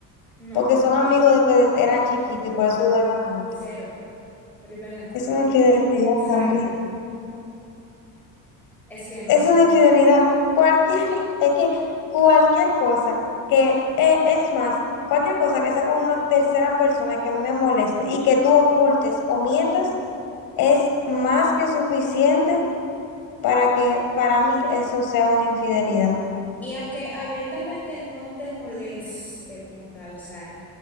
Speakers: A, in the centre; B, on the left.
A: no,
B: porque son amigos de que eran chiquitos y por eso duermen juntos.
A: cero, pero ven acá,
B: Es una infidelidad
A: ese
B: también.
A: relajo, es que no.
B: Es una infidelidad. Cualquier, <laughs> es que cualquier cosa que, eh, es más, cualquier cosa que sea con una tercera persona que a mí me moleste y que tú ocultes o mientas, es más que suficiente para que para mí eso sea una infidelidad.
A: Y aunque abiertamente no te moleste como tal, o sea,